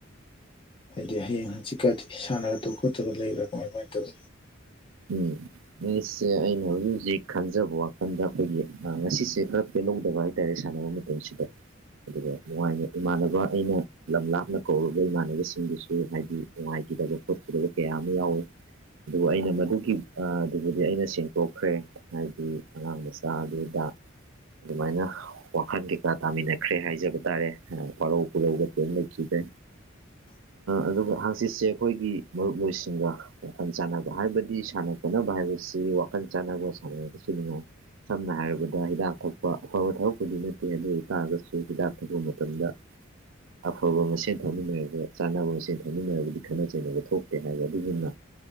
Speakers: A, on the left; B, on the right.
A: ꯍꯥꯏꯗꯤ ꯍꯌꯦꯡ ꯍꯪꯆꯤꯛꯀꯁꯤ ꯁꯥꯟꯅꯒꯗꯕ ꯈꯣꯠꯇ꯭ꯔꯒ ꯂꯩꯕ꯭ꯔꯥ ꯀꯃꯥꯏ ꯀꯃꯥꯏꯅ ꯇꯧꯤ
B: ꯎꯝ ꯉꯁꯦ ꯑꯩꯅ ꯍꯧꯖꯤꯛ ꯍꯧꯖꯤꯛ ꯈꯟꯖꯕ ꯋꯥꯈꯜꯗ ꯑꯩꯈꯣꯏꯒꯤ ꯉꯁꯤꯁꯦ ꯈꯔ ꯄꯦꯜꯍꯧ ꯋꯥꯏ ꯇꯔꯦ ꯁꯥꯟꯅ ꯃ ꯄꯨꯁꯤꯗ ꯑꯗꯨꯒ ꯅꯨꯡꯉꯥꯏꯅ ꯏꯃꯥꯟꯅꯕ ꯑꯩꯅ ꯂꯝ ꯂꯥꯞꯅ ꯀꯧꯨꯕ ꯏꯃꯥꯟꯅꯕꯁꯤꯡꯗꯨꯁꯨ ꯍꯥꯏꯗꯤ ꯅꯨꯡꯉꯥꯏꯇ ꯈꯠꯗꯕ ꯀꯌꯥ ꯑꯃ ꯌꯥꯎꯋꯤ ꯑꯗꯨꯕꯨ ꯑꯩꯅ ꯃꯗꯨ ꯒꯤ ꯑꯗꯨꯕꯨꯗꯤ ꯑꯩꯅ ꯁꯦꯡꯗꯣꯛꯈ꯭ꯔꯦ ꯍꯥꯏꯕꯗꯤ ꯑꯉꯥꯡ ꯃꯆꯥ ꯑꯗꯨꯗ ꯑꯗꯨꯃꯥꯏꯅ ꯋꯥꯈꯜ ꯀꯩꯀꯥ ꯇꯥꯃꯤꯟꯅꯈ꯭ꯔꯦ ꯍꯥꯏꯖꯕ ꯇꯥꯔꯦ ꯄꯔꯧ ꯄꯨꯔꯧꯒ ꯀꯦꯝ ꯂꯩꯈꯤꯗ꯭ꯔꯦ
A: <unintelligible>
B: ꯑꯗꯨꯒ ꯍꯥꯡꯆꯤꯠꯁꯦ ꯑꯩꯈꯣꯏꯒꯤ ꯃꯔꯨꯞꯂꯣꯏꯁꯤꯡꯒ ꯋꯥꯈꯜ ꯆꯥꯟꯅꯕ ꯍꯥꯏꯕꯗꯤ ꯁꯥꯟ ꯀꯩꯅꯣ ꯍꯥꯏꯥꯏꯕꯁꯤ ꯋꯥꯈꯅ ꯆꯕꯨꯣ ꯁꯅꯁꯨꯉ ꯁꯝꯅ ꯍꯥꯏꯔꯕꯗ ꯍꯤꯗꯥꯛ ꯊꯣꯛꯄ ꯑꯐꯕ ꯊꯕꯛꯄꯨꯗꯤ ꯅꯠꯇꯦ ꯑꯗꯨ ꯑꯣꯏꯇꯥꯔꯒꯁꯨ ꯍꯤꯗꯥꯛ ꯊꯣꯛꯄ ꯃꯇꯝꯗ ꯑꯐꯕ ꯃꯁꯦꯟ ꯊꯝꯃꯤꯟꯅꯔꯒ ꯆꯥꯅꯕ ꯃꯁꯦꯟ ꯊꯝꯃꯤꯟꯅꯒꯗꯤ ꯈꯠꯅ ꯆꯩꯅꯕ ꯊꯣꯛꯇꯦ ꯍꯥꯏꯕ ꯑꯗꯨꯒꯨꯝꯅ